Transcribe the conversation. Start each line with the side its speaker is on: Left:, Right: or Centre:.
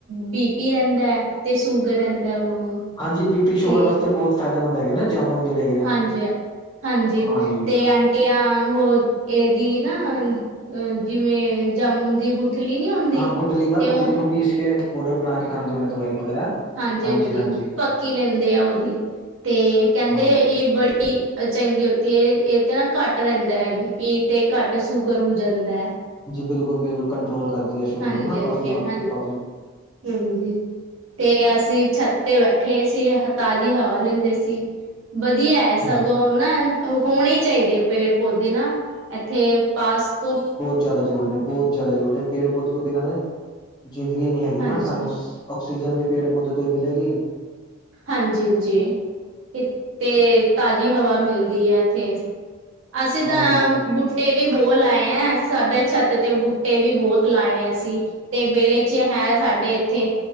Right: ਬੀਪੀ ਰੈਂਦਾ ਐ ਤੇ ਸ਼ੂਗਰ ਰੈਂਦ ਦੈ ਓਨਾਂ ਨੂੰ।
Left: ਹਾਂਜੀ, ਬੀ ਪੀ ਸ਼ੂਗਰ
Right: ਤੇ
Left: ਵਾਸਤੇਹੁਤ ਫੈਦੇੰਮੰਦ ਹੈਨਾ ਜਾਮੁਨ ਜੇੜੇ ਹੈਗੇ। ਨੇ
Right: ਹਾਂਜੀ-ਹਾਂਜੀ
Left: ਹਾਂਜੀ
Right: ਤੇ ਆਂਟੀ ਹੋ ਏਦੀ ਨਾ ਅ ਜਿਵੇਂ ਜਾਮੁਨ ਦੀ ਗੁਟ ਲੀ ਨੀ ਹੁੰਦੀ
Left: ਹਾਂ ਗੁਟਲੀ ਦਾ
Right: ਤੇ
Left: ਗੁਟਲੀ
Right: ਓ
Left: ਨੂੰ ਪੀਸ ਕੇ ਪੋਡਰ ਬਣਾ ਕੇ ਖਾਂਦੇ ਹੋਣੇ, ਦਵਾਈ ਵਗੈਰਾ।
Right: ਹਾਂਜੀ-ਹਾਂਜੀ
Left: ਹਾਂਜੀ ਹਾਂਜੀ
Right: ਫੱਕੀ ਲੈਂਦੇ ਆ ਓਦੀ, ਤੇ ਕੈਂਦੇ
Left: ਹਾਂਜੀ
Right: ਏ ਬੜੀ ਚੰਗੀ ਹੋਤੀ ਹੈ ਏਤੇ ਨਾ ਘੱਟ ਰੈਂਦਾ ਏ ਬੀਪੀ। ਤੇ ਕੱਟ ਸ਼ੂਗਰ ਹੋ ਜਾਂਦੈ।
Left: ਬਿਲਕੁਲ-ਬਿਲਕੁਲ ਕੰਟਰੋਲ ਕਰਦੀ ਐ ਸ਼ੂਗਰ
Right: ਹਾਂਜੀ-ਹਾਂਜੀ,
Left: ਨੂੰ ਕਾਫੀ
Right: ਹਾਂਜੀ,
Left: ਕਾਫੀ
Right: ਹਾਂਜੀ। ਤੇ ਅਸੀਂ ਛੱਤ ਤੇ ਬੈਠੇ ਸੀ ਤਾਜ਼ੀ ਹਵਾ ਲੈਂਦੇ ਸੀ। ਵਦੀਆ
Left: ਹਾਂਜੀ
Right: ਸਗੋਂ ਨਾ ਹੋਨੇ ਈ ਚਾਈਦੇ। ਪੇੜ-ਪੌਦੇ ਨਾ ਇੱਥੇ ਪਾਸ ਤੋਂ
Left: ਜਾਦਾ ਜ਼ਰੂਰੀ ਨੇ ਬੋਤ ਜਾਦਾ ਜ਼ਰੂਰੀ ਨੇ ਪੇੜ-ਪੌਦੇੇ ਤੋਂ ਬਿਨਾਂ ਨੇ ਜ਼ਿੰਦਗੀ ਨੀ ਹੈਗੀ
Right: ਹਾਂਜੀ,
Left: ਨਾ ਸਾਨੂੰ ਆਕਸੀਜਨ ਵੀ ਪੇੜ-ਪੌਦੇ ਤੋਂ ਈ ਮਿਲੇਗੀ।
Right: ਹਾਂਜੀ-ਹਾਂਜੀ ਇ ਤੇ ਤਾਜ਼ੀ ਹਵਾ ਮਿਲਦੀ ਐ ਇੱਥੇ। ਅਸੀਂ ਤਾਂ,
Left: ਹਾਂਜੀ
Right: ਬੂਟ ਬੇ ਵੀ ਬੋਤ ਲਾਏ ਐ ਸਾਡੇ ਛੱਤ ਤੇ ਬੂਟੇ ਵੀ ਬੋਤ ਲਾਏ ਐ ਅਸੀਂ, ਤੇ ਵਿਹੜੇ ਜੇ ਐ ਸਾਡੇ ਇੱਥੇ